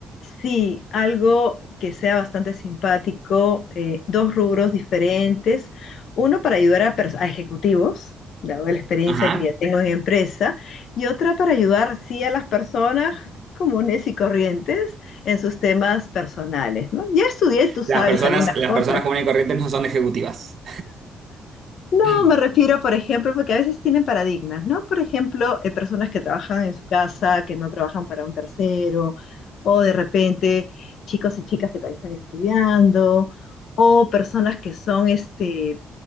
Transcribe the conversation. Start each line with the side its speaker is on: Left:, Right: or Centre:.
Left: Sí, algo que sea bastante simpático, eh, dos rubros diferentes. Uno para ayudar a, pers- a ejecutivos, dado la experiencia
Right: Ajá.
Left: que ya tengo en empresa, y otra para ayudar, sí, a las personas comunes y corrientes en sus temas personales, ¿no? Ya estudié, tú sabes,
Right: Las personas,
Left: algunas
Right: las
Left: cosas.
Right: personas comunes y corrientes no son ejecutivas.
Left: No,
Right: <laughs>
Left: me refiero, por ejemplo, porque a veces tienen paradigmas, ¿no? Por ejemplo, eh, personas que trabajan en su casa, que no trabajan para un tercero, o de repente chicos y chicas que todavía están estudiando, o personas que son este